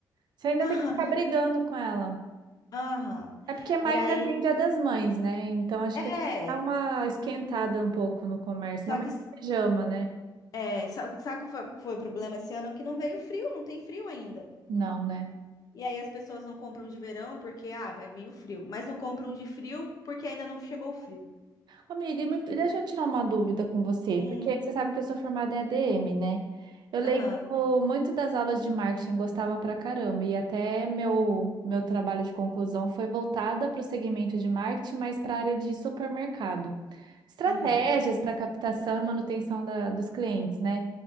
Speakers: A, on the right (about 65°); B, on the left (about 50°).
A: Você ainda
B: Aham,
A: tem que ficar brigando com ela.
B: aham.
A: É porque maio
B: E aí,
A: ainda tem Dia das Mães, né? Então acho
B: é,
A: que dá uma esquentada um pouco no comércio.
B: só
A: Não mais
B: que,
A: pijama, né?
B: é, só, sabe qual foi, foi o problema esse ano? Que não veio frio, não tem frio ainda.
A: Não, né?
B: E aí as pessoas não compram de verão porque, ah, vai vir o frio. Mas não compram de frio porque ainda não chegou o frio.
A: Amiga, e me- deixa eu tirar uma dúvida com você,
B: Hum,
A: porque você sabe que eu sou formada em ADM, né? Eu lembro
B: aham,
A: muito das aulas de marketing, gostava pra caramba, e até meu, meu trabalho de conclusão foi voltada para o segmento de marketing, mas para a área de supermercado. Estratégias
B: aham.
A: para captação e manutenção da- dos clientes, né?